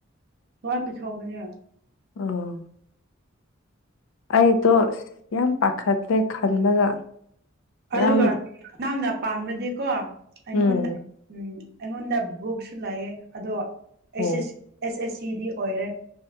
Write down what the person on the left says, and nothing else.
ꯑꯣ ꯑꯩꯗꯣ ꯌꯥꯝ ꯄꯥꯈꯠꯂꯦ ꯈꯟꯕꯗ
ꯌꯥꯝ
ꯎꯝ
ꯑꯣ